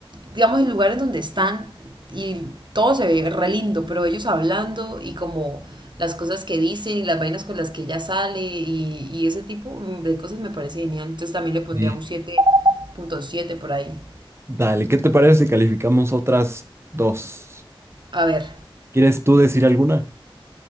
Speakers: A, on the right; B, on the right.
A: digamos, el lugar en donde están y todo se ve re lindo, pero ellos hablando y como las cosas que dicen y las vainas con las que ella sale y, y ese tipo de cosas me parece genial. Entonces también le pondría
B: Sí.
A: un siete punto siete por ahí.
B: Dale, ¿qué te parece si calificamos otras dos?
A: A ver,
B: ¿Quieres tú decir alguna?